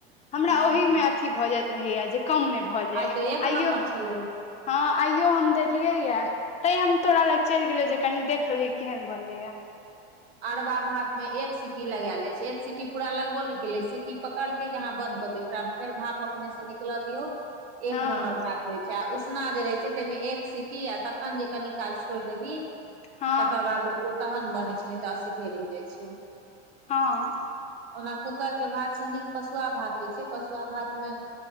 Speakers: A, on the left (about 20°); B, on the right (about 85°).
A: हमरा
B: हूँ
A: ओहि मे अथी भऽ जाइत रहैयै जे कम नहि भऽ जाय
B: आइ तऽ एक
A: आइयौ
B: नम्बर छलौ
A: हँ आइयो हम देलियै यै तैं हम तोरा लग चलि गेलौ जे कनी देख लही केहन बनलैयै।
B: अरबा भात में एक सीटी लगायल जाय छै एक सीटी पूरा लगबो नहि केलै सीटी पकड़ लकै की अहाँ बंद कऽ दियौ ओकरा फेर भाप अपने स निकल दियौ एक
A: हँ
B: नम्बर भात होइ छै आ उसना जे रहै छै तहिमे एक सीटी आ तखन जे कनि काल छोड़ि देबही
A: हँ
B: तकर बाद ओ तहन बनै छै नै तऽ असीधे रहि जाइ छै ओ।
A: हँ
B: ओना कूकर के भात स नीक पसुआ भात होइ छै, पसुआ भात मे